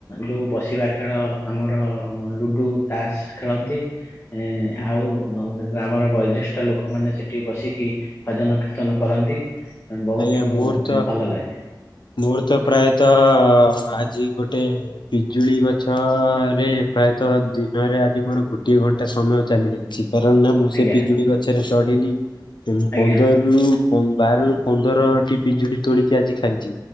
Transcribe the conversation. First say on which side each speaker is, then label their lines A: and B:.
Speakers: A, on the left; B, on the left.
A: ଯୋଉ ବସିବା ଖେଳ ଆମର ଲୁଡୁ ତାସ ଖେଳନ୍ତି। ଏଁ
B: ଉଁ,
A: ଆଉ ବ ଗ୍ରାମର ବୟୋଜ୍ୟେଷ୍ଠ ଲୋକମାନେ ସେଠି ବସିକି ଭଜନ କୀର୍ତ୍ତନ କରନ୍ତି। ଆଁ ବହୁତ
B: ଆଜ୍ଞା ମୋର ତ
A: ଭଲ ଲାଗେ।
B: ମୋର ତ ପ୍ରାୟତଃ ଆଜି ଗୋଟେ ପିଜୁଳି ଗଛରେ ପ୍ରାୟତଃ ଦିନରେ ଆଜି ମୋର ଗୋଟିଏ ଘଣ୍ଟା ସମୟ ଚାଲି ଯାଇଛି। କାରଣ ନା ମୁଁ
A: ଆଜ୍ଞା
B: ସେ ପିଜୁଳି ଗଛରେ ଚଢିଲି ଏମ୍
A: ଆଜ୍ଞା
B: ପନ୍ଦର ରୁ ବାର ରୁ ପନ୍ଦରଟି ପିଜୁଳି ତୋଳିକି ଆଜି ଖାଇଛି